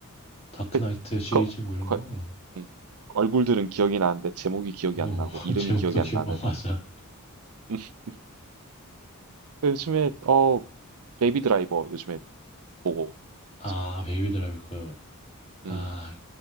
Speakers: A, on the left (about 30°); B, on the right (about 75°).
A: 다크나이트
B: 그,
A: 시리즈
B: 그,
A: 뭐 이런
B: 그,
A: 거.
B: 음. 얼굴들은 기억이 나는데 제목이 기억이
A: 어,
B: 안 나고
A: <laughs>
B: 이름이
A: 제목도
B: 기억이
A: 기억,
B: 안 나는.
A: 어, 맞아.
B: <laughs> 요즘에 어 베이비 드라이버 요즘에 보고
A: 아,
B: 자,
A: 베이비 드라이브 그, 아,
B: 음